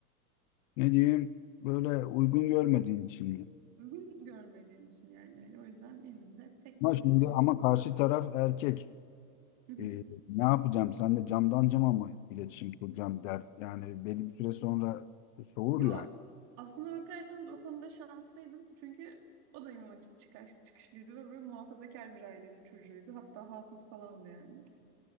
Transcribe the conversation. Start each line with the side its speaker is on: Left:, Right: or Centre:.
Left: e, ne diyeyim böyle uygun görmediğin için mi?
Right: uygun görmüyor benim için yani. Yani o yüzden ilgimi de çekmiyor.
Left: Ama şimdi
Right: Hani.
Left: ama
Right: <laughs>
Left: karşı taraf erkek.
Right: Hı hı.
Left: E, ne yapacağım? Sen de camdan cama mı iletişim kuracağım der. Yani belli bir süre sonra soğur
Right: Yo
Left: yani.
Right: aslına bakarsanız o konuda şanslıydım. Çünkü o da İmam Hatip çıkar, çıkışlıydı ve böyle muhafazakar bir ailenin çocuğuydu. Hatta hafız falandı yani.